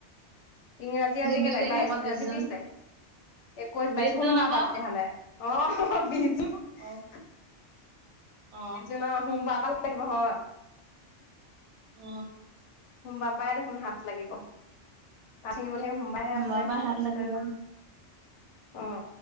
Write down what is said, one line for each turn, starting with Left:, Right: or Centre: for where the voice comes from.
Left: ইংৰাজী আজি। আজি
Right: বিশ
Left: কেই তাৰিখ বাইছ
Right: আকৌ বিশ
Left: আজি
Right: জুন
Left: বিছ তাৰিখ একৈছ
Right: বিশ
Left: বাইছ সোমবাৰ
Right: জুন আকৌ
Left: পাৰ তেতিয়াহ'লে অহ বিছ।
Right: অ অ
Left: তিজ ন সোমবা পা দে লাগিব হয়।
Right: অ।
Left: সোনমবা পাই দেখোন হাত লাগিব পািঙিবলৈ আহি। সোমবাই
Right: সোমবাৰৰ
Left: হে আছে
Right: পৰা
Left: তাৰপিছতে।
Right: হাত লাগিব
Left: অ।